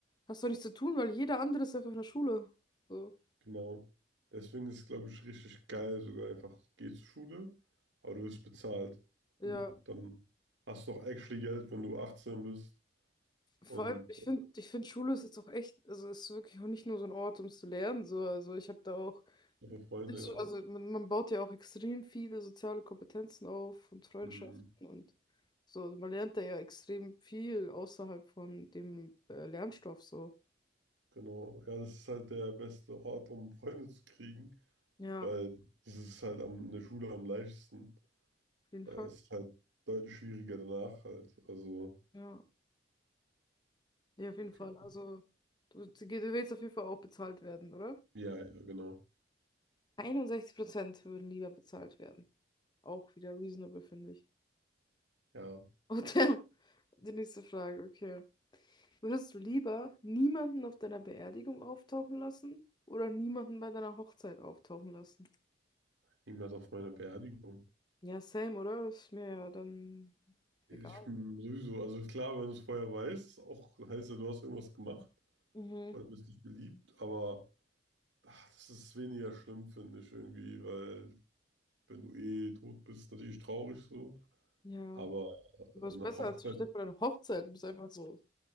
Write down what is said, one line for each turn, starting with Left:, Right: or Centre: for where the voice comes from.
Left: hast du auch nichts zu tun, weil jeder andere ist einfach in der Schule. So,
Right: Genau. Deswegen ist es, glaube ich, richtig geil, sogar einfach, geh zur Schule, aber du wirst bezahlt.
Left: ja.
Right: Und dann hast du auch actually Geld, wenn du 18 bist
Left: Vor
Right: und
Left: allem, ich finde, ich finde Schule ist jetzt auch echt, also ist wirklich auch nicht nur so ein Ort, um zu lernen. So. Also ich habe da auch,
Right: auch für Freunde,
Left: nicht so,
Right: ja.
Left: also man, man baut ja auch extrem viele soziale Kompetenzen auf und Freundschaften
Right: Mhm.
Left: und so. Also man lernt da ja extrem viel außerhalb von dem äh, Lernstoff so.
Right: Genau. Ja, das ist halt der beste Ort, um Freunde zu kriegen,
Left: Ja,
Right: weil
Left: auf
Right: das ist halt am, in der Schule am leichtesten.
Left: jeden
Right: Äh,
Left: Fall.
Right: Es ist halt deutlich schwieriger danach halt. Also,
Left: Ja, ja, auf jeden
Right: okay.
Left: Fall. Also du, du willst auf jeden Fall auch bezahlt werden, oder?
Right: Ja, ja, genau.
Left: 61 Prozent würden lieber bezahlt werden. Auch wieder reasonable, finde ich.
Right: Ja,
Left: Und dann die nächste Frage, okay. Würdest du lieber niemanden auf deiner Beerdigung auftauchen lassen oder niemanden bei deiner Hochzeit auftauchen lassen?
Right: niemand auf meiner Beerdigung.
Left: Ja, same, oder? Ist mir ja dann
Right: Ich
Left: egal.
Right: bin sowieso, also klar, wenn du es vorher weißt, auch heißt ja, du hast irgendwas gemacht
Left: Mhm.
Right: oder bist nicht beliebt, aber ach, das ist weniger schlimm, finde ich irgendwie, weil wenn du eh tot bist, natürlich traurig so,
Left: Ja.
Right: aber
Left: Was
Right: eine
Left: besser
Right: Hochzeit,
Left: als stell dir vor, deine Hochzeit. Du bist einfach so